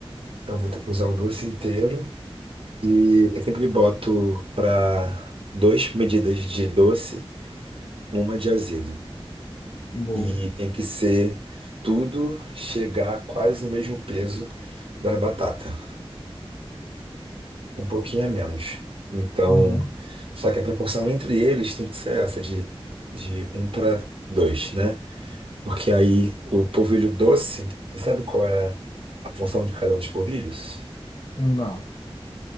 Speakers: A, on the right; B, on the left.
A: Então eu vou ter que usar o doce inteiro e eu sempre boto para duas medidas de doce, uma de azedo.
B: Boa.
A: E tem que ser tudo chegar quase no mesmo peso da batata, um pouquinho a menos. Então,
B: Aham.
A: só que a proporção entre eles tem que ser essa de, de um para 2, né? Porque aí o polvilho doce, você sabe qual é a função de cada um dos polvilhos?
B: Não.